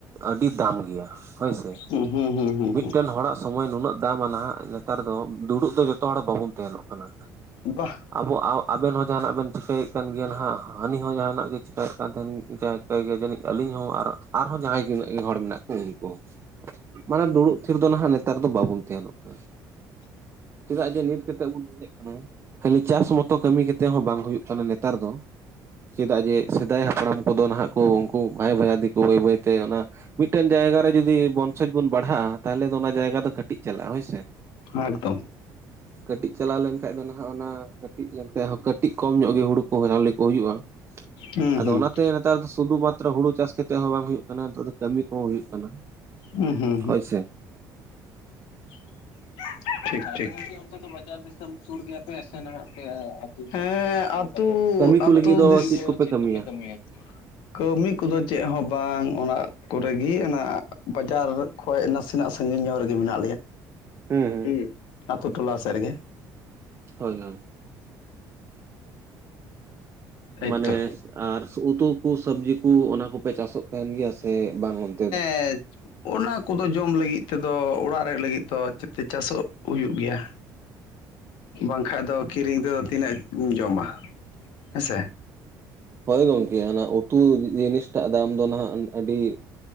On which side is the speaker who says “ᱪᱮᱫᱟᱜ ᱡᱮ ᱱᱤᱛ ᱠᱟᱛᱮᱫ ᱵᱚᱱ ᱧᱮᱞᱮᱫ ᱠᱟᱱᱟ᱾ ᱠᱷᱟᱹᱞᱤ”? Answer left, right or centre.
Right